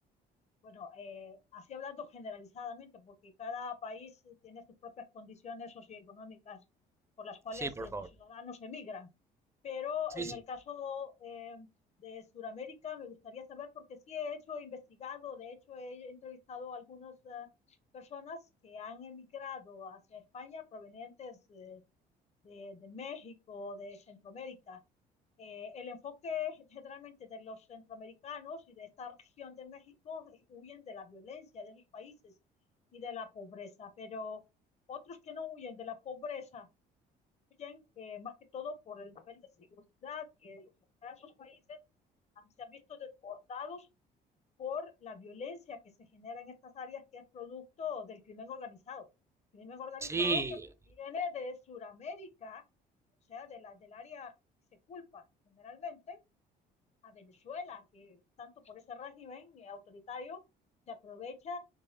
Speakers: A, on the left; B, on the right.
A: bueno, eh, así hablando generalizadamente, porque cada país tiene sus propias condiciones socioeconómicas por las cuales
B: Sí, por
A: eh,
B: favor.
A: sus ciudadanos emigran. Pero
B: Sí,
A: en
B: sí.
A: el caso eh, de Sudamérica, me gustaría saber, porque sí he hecho, he investigado, de hecho he entrevistado a algunas eh, personas que han emigrado hacia España provenientes de de, de México, de Centroamérica. Eh, el enfoque generalmente de los centroamericanos y de esta región de México eh, huyen de la violencia de sus países y de la pobreza, pero otros que no huyen de la pobreza huyen eh, más que todo por el nivel de seguridad que en esos países han- se han visto desbordados por la violencia que se genera en estas áreas que es producto del crimen organizado. Crimen organizado
B: Sí,
A: que proviene de Sudamérica, o sea, de la, del área que se culpa generalmente a Venezuela, que tanto por ese régimen autoritario se aprovecha